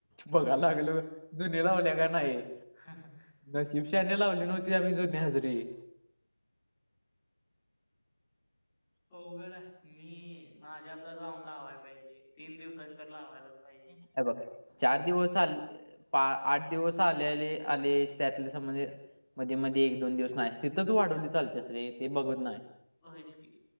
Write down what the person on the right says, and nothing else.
बघाला
लागल जुनी लावल्या का नाही.
नशिब शान्या लावली नव्हती आम्ही जुनी हजेरी.
हे बघ चार दिवस आलेले पा आठ दिवस आलेले आले त्यातले समजे मध्ये मध्ये एक दोन दिवस नाहीस तिथं तू वाढवली चालतेस रे ते बघत नाही.